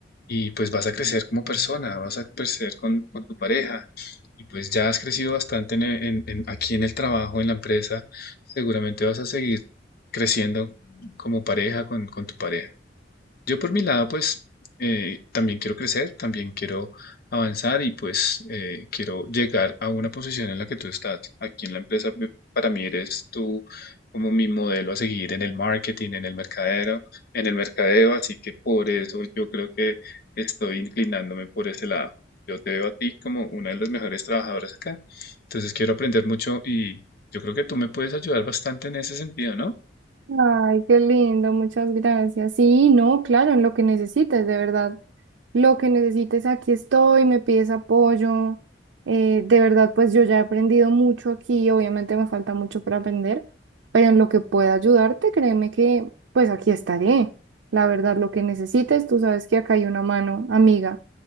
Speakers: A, on the left; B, on the right.
A: y pues vas a crecer como persona, vas a crecer con, con tu pareja y pues ya has crecido bastante en, e- en- en- aquí en el trabajo, en la empresa, seguramente vas a seguir creciendo como pareja con, con tu pareja. Yo por mi lado, pues eh, también quiero crecer, también quiero avanzar y pues eh, quiero llegar a una posición en la que tú estás. Aquí en la empresa, pe- para mí eres tú como mi modelo a seguir en el marketing, en el mercadero, en el mercadeo, así que por eso yo creo que estoy inclinándome por ese lado. Yo te veo a ti como una de las mejores trabajadoras acá. Entonces quiero aprender mucho y yo creo que tú me puedes ayudar bastante en ese sentido, ¿no?
B: Ay, qué lindo, muchas gracias. Sí, no, claro, en lo que necesites, de verdad. Lo que necesites, aquí estoy, me pides apoyo. Eh, de verdad, pues yo ya he aprendido mucho aquí, obviamente me falta mucho para aprender, pero en lo que pueda ayudarte, créeme que pues aquí estaré. La verdad, lo que necesites, tú sabes que acá hay una mano amiga